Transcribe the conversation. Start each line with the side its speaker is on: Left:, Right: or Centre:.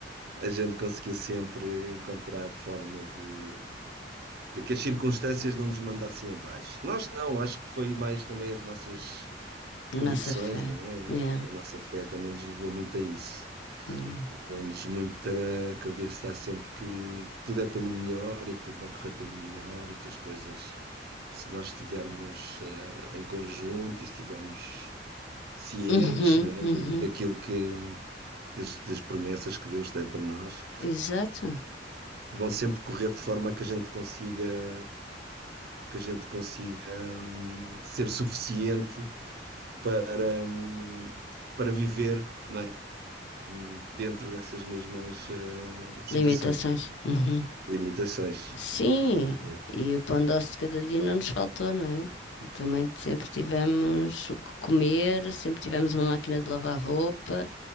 Right: a gente conseguiu sempre encontrar forma de, de que as circunstâncias não nos mandassem abaixo. Nós não, acho que foi mais também as nossas
Left: A
Right: convicções,
Left: Nossa fé.
Right: não é?
Left: Yeah,
Right: A nossa fé também nos levou muito a isso.
Left: yeah.
Right: Levou-nos muito a acreditar sempre que tudo é pelo melhor e que tudo vai correr pelo melhor e que as coisas, se nós estivermos eh, em conjunto e estivermos cientes,
Left: Uhum,
Right: né,
Left: uhum.
Right: de- daquilo que, das, das promessas que Deus tem para nós,
Left: Exato.
Right: vão sempre correr de forma que a gente consiga, que a gente consiga, hum, ser suficiente para, hum, para viver, não é? Hum, Dentro dessas mesmas eh, situações.
Left: Limitações. Uhum.
Right: Limitações,
Left: Sim,
Right: exatamente.
Left: e o pão doce de cada dia não nos faltou, não é? E também sempre tivemos o que comer, sempre tivemos uma máquina de lavar roupa,